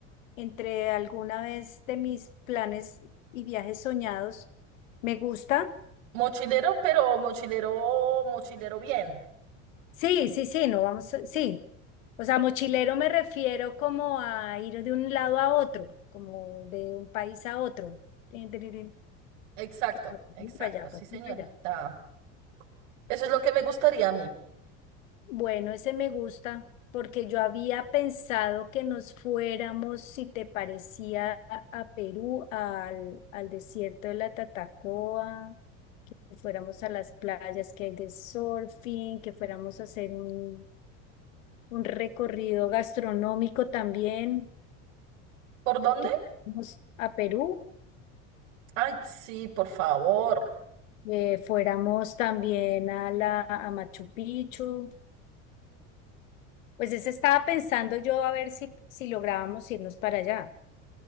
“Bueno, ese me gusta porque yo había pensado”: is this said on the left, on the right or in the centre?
Left